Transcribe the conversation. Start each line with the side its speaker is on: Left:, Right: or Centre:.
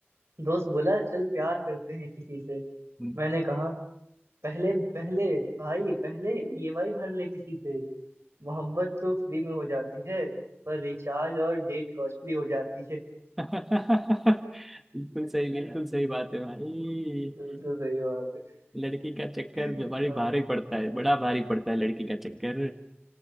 Right: दोस्त बोला चल प्यार करते हैं किसी से
Centre: हम्म।
Right: मैंने कहा पहले पहले भाई पहले ईएमआई भर ले किसी से मोहब्बत तो फ्री में हो जाती है पर रिचार्ज और डेट कॉस्टली हो जाती है
Centre: <laughs> बिल्कुल सही
Right: <laughs>
Centre: बिल्कुल सही बात है भाई
Right: बिल्कुल सही बात है
Centre: लड़की का चक्कर
Right: हाँ,
Centre: भी बड़ी भारी पड़ता है बड़ा भारी पड़ता है लड़की का चक्कर